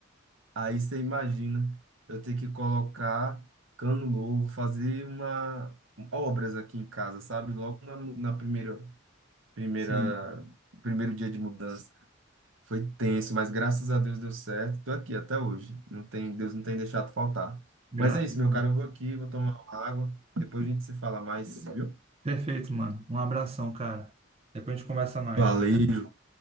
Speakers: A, on the right; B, on the right.
A: Aí você imagina eu ter que colocar cano novo, fazer uma obras aqui em casa, sabe? Logo na, na primeira, primeira,
B: sim,
A: primeiro dia de mudança. Foi tenso, mas graças a Deus deu certo. Tô aqui até hoje. Não tem, Deus não tem deixado faltar.
B: graças
A: Mas é isso,
B: a Deus.
A: meu cara. Eu vou aqui, vou tomar uma água. Depois a gente se fala mais, viu?
B: Perfeito, mano. Um abração, cara. Depois a gente conversa mais.
A: Valeu,